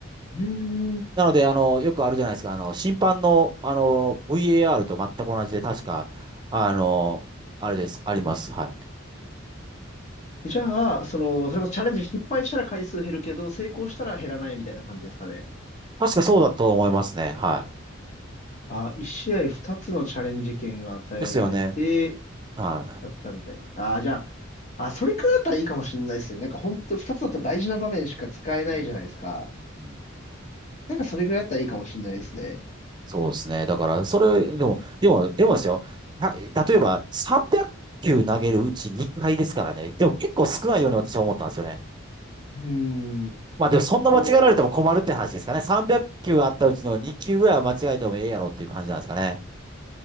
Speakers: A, on the left; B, on the right.
A: うーん。
B: なので、あの、よくあるじゃないですか、あの、審判の、あの、VAR と全く同じで、確か、あの、あれです。あります。はい。
A: じゃあ、その、それこそチャレンジ失敗したら回数減るけど、成功したら減らないみたいな感じですかね。
B: 確かそうだと思いますね。は
A: あ、1試合2つのチャレンジ権が与えられて、
B: い。ですよね。は
A: だったみたい。ああ、じゃあ、あ、それくらいだったらいいかもしれないですね。なんか本当二つだったら大事な場面しか使えないじゃないですか。
B: い。うんうん
A: なんかそれくらいだったらいいかもしれないですね。
B: そうですね。だから、それ、でも、でも、でもですよ。た例えば、300球投げるうち2回ですからね。でも結構少ないように私は思ったんですよね。
A: うーん。
B: まあでも、そんな間違えられても困るって話ですかね。
A: そう。
B: 300球あったうちの2球ぐらいは間違えてもええやろっていう感じなんですかね。